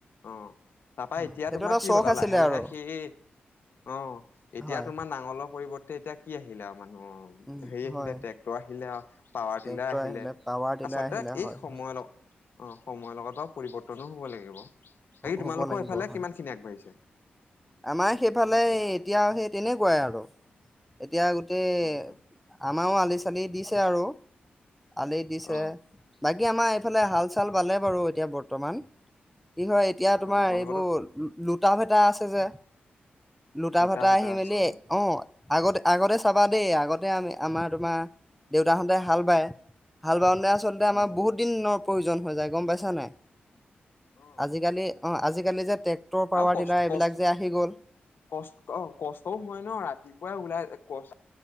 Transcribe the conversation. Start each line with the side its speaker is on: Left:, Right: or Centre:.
Left: অ তাৰাপা
Centre: অ
Left: এতিয়া
Centre: সেইটো
Left: তোমাৰ
Centre: এটা
Left: কি
Centre: চখ
Left: হল আও
Centre: আছিলে
Left: লাহে-লাহে
Centre: আৰু
Left: সেই অ এতিয়া
Centre: হয়
Left: তোমাৰ নাঙলৰ পৰিৱৰ্তন ত এতিয়া কি আহিলে আৰু মানুহৰ
Centre: উম
Left: হেৰি আহিলে
Centre: হয়
Left: ট্ৰেক্টৰ আহিলে আৰু পাৱাৰ
Centre: ট্ৰেক্টৰ
Left: টিলাৰ আহিলে
Centre: পাৱাৰ টিলাৰ
Left: আচলতে
Centre: আহিলে হয়
Left: এই সময়ল
Centre: হয়
Left: অ সময়ৰ লগত বাও পৰিৱৰ্তনো হ'ব লাগিব। তোমালোকৰ
Centre: হব লাগিব
Left: এইফালে
Centre: হয়।
Left: কিমান খিনি আগবাঢ়িছে
Centre: আমাৰ সেইফালে এতিয়া সেই তেনেকুৱাই আৰু। এতিয়া গোটেই
Left: হয় হয়
Centre: আমাৰও আলিছে চালি দিছে আৰু। আলি দিছে
Left: অ
Centre: বাকি আমা এইফালে হাল-চাল বালে বাৰু এতিয়া বৰ্তমান। কি হয় এতিয়া তোমাৰ
Left: অ তোমালোকৰো
Centre: এইবোৰ টাপ এটা আছে যে? লুটা
Left: দুটা
Centre: ভাটা
Left: ভেটা
Centre: আহি
Left: আছে
Centre: মেলি, অ আগতে আগতে চাবা দেই আগতে আমি আমাৰ তোমাৰ দেউতাহঁতে হাল বায় হাল বায় আচলতে
Left: ভাল
Centre: আমাৰ
Left: বাৰু
Centre: বহুত দিন ন প্ৰয়োজন হৈ যায় গম পাইছা নাই?
Left: অ
Centre: আজিকালি অ আজিকালি যে ট্ৰেক্টৰ পাৱাৰ
Left: আৰু কষ্ট-কষ্ট-কষ্ট
Centre: টিলাৰ এইবিলাক যে আহি গ'ল
Left: অ কষ্টও হয় ন? ৰাতিপুৱাই ওলাই কষ্ট